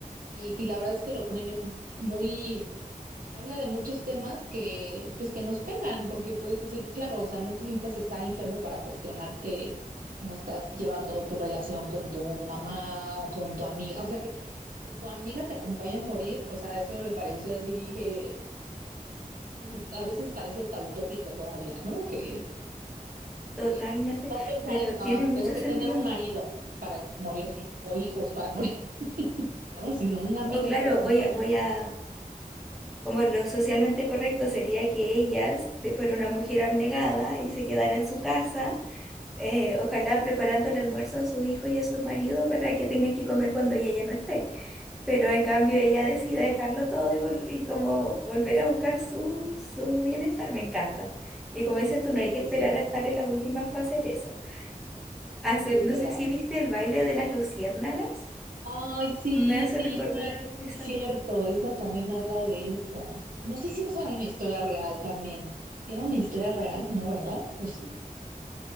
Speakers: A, on the right; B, in the centre.
A: Y, y la verdad es que lo pone bien, muy, habla de muchos temas que, pues, que nos pegan, porque puedes decir, claro, o sea, no te necesitas estar enfermo para cuestionarte cómo estás llevando tu relación con tu mamá, con tu amiga, o sea, que, que tu amiga te acompaña a morir, o sea, eso me pareció así, dije un- a veces parece hasta utópico todavía, ¿no? Que, que
B: Totalmente,
A: no pensar
B: pero
A: en, "Ah,
B: tiene mucho
A: tengo que
B: sentido.
A: tener un marido para morirme o hijos para morir, <laughs> ¿no? Sino una amiga
B: O claro,
A: que te acompañe.
B: voy a, voy a, como lo socialmente correcto sería que ella se fuera una mujer abnegada y se quedara en su casa, eh, ojalá preparando el almuerzo a su hijo y a su marido para que tengan que comer cuando ella ya no esté. Pero en cambio ella decide dejarlo todo y, vol- y como volver a buscar su, su bienestar, me encanta. Y como dices tú,
A: Sí,
B: no hay que
A: sí,
B: esperar
A: sí,
B: a estar en las últimas para hacer eso. Hace,
A: sí,
B: no
A: se la.
B: sé si viste el baile de las luciérnagas.
A: Ay, sí,
B: Me hace
A: sí,
B: recordar esa.
A: es cierto, esa también habla de eso. Y no sé si esa era una historia real también. Si era una historia real, ¿no, verdad? ¿O sí?